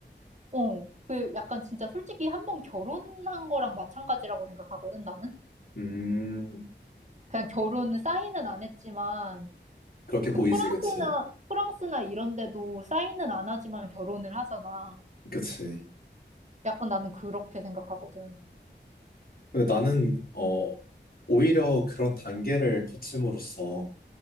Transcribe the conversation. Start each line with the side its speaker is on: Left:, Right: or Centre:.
Right: 어, 그 약간 진짜 솔직히 한 번 결혼한 거랑 마찬가지라고 생각하거든, 나는.
Left: 음,
Right: 그냥 결혼 사인은 안 했지만,
Left: 그렇게
Right: 그
Left: 보이지,
Right: 프랑스나,
Left: 그치?
Right: 프랑스나 이런 데도 사인은 안 하지만 결혼을 하잖아.
Left: 그치.
Right: 약간 나는 그렇게 생각하거든.
Left: 근데 나는 어 오히려 그런 단계를 거침으로써